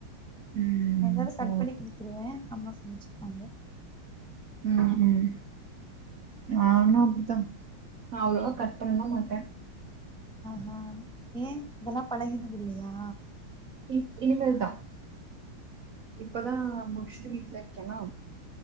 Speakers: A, on the right; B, in the centre.
A: ம்
B: எதாது கட்
A: ஓ
B: பண்ணி குடுத்துருவே அம்மா சமச்சு அங்க
A: உ உம் நானு அப்டித்தா நா அவ்ளோல கட் பண்ணலா மாட்டே
B: ஆஹ் ஆஹ் ஏன் இதெல்லாம் பழகினது இல்லையா
A: இ இனிமேல் தான் இப்பதான்
B: ஓ
A: மு வீட்டுல இருக்கனா